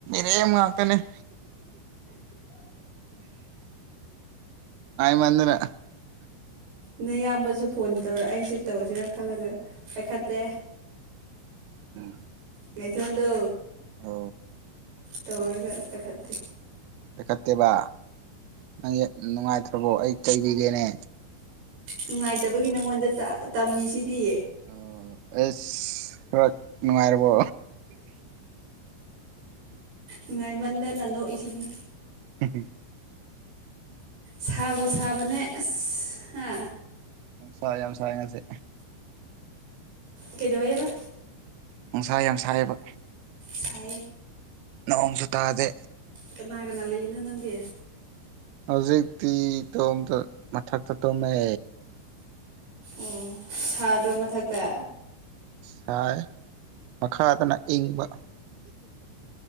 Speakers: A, on the right; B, on the right.
A: ꯔ ꯃ ꯉꯥꯛꯇꯅꯦꯦ ꯃꯗ꯭ꯔꯦ
B: ꯅꯪ ꯏꯌꯥꯝꯕꯁꯨ ꯐꯣꯟ ꯇꯧꯔ ꯑꯩꯁꯨ ꯇꯧꯁꯤꯔ ꯈꯜꯂꯒ ꯄꯥꯏꯈꯠꯇꯦ
A: ꯎꯝ
B: ꯉꯊꯗꯣ
A: ꯑ
B: ꯇꯧꯔꯒ ꯇꯈꯥꯠꯇ
A: ꯂꯩꯠꯇꯕ ꯅꯨꯡꯉꯥꯏ ꯅꯠꯇ꯭ꯔꯕꯣ ꯑꯩ ꯀꯩꯕꯤꯒꯦꯅꯦ
B: ꯅꯨꯡꯉꯥꯏꯇꯕꯒꯤ ꯅꯪꯉꯣꯟꯗ ꯇꯝꯃꯤꯁꯤꯗꯤ
A: ꯑꯣ ꯑꯦꯁ ꯊꯔ ꯅꯨꯡꯉꯥꯏꯔꯕꯣ
B: ꯉ ꯉꯥꯏꯃꯟꯗ ꯅꯅꯥꯟꯗꯣꯛꯏꯁꯤꯅꯦ
A: ꯎꯝ
B: ꯁꯥꯕꯨ ꯁꯥꯕꯅꯦ ꯑꯁ ꯍꯥ
A: ꯁꯥꯏꯝ ꯁꯥꯏ ꯉꯁꯦ
B: ꯀꯩꯗꯧꯕꯦꯕ
A: ꯅꯨꯡꯁꯥ ꯌꯥꯝ ꯁꯥꯏꯕ
B: ꯁ
A: ꯅꯣꯡꯁꯨ ꯇꯥꯗꯦ
B: ꯀꯅꯥ ꯀꯅꯥ ꯂꯩꯅꯣ ꯅꯪꯗꯤ
A: ꯍꯧꯖꯤꯛꯇꯤ ꯇꯣꯝ ꯃꯊꯛꯇ ꯇꯣꯃꯦ
B: ꯑꯣ ꯁꯥꯗ꯭ꯔꯣ ꯃꯊꯛꯇ
A: ꯁꯥꯏ ꯃꯈꯥꯗꯅ ꯏꯪꯕ